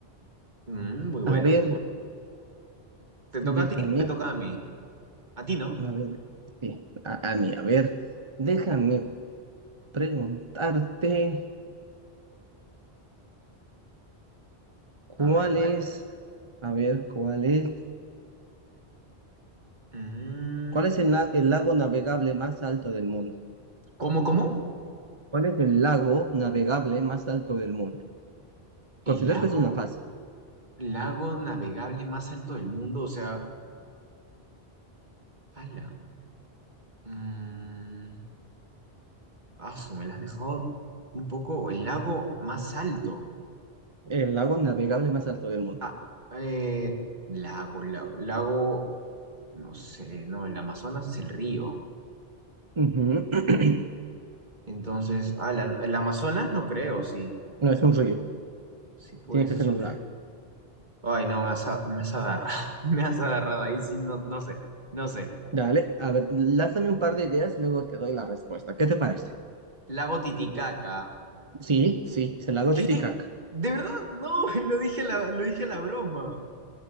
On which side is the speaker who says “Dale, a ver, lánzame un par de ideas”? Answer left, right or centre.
Right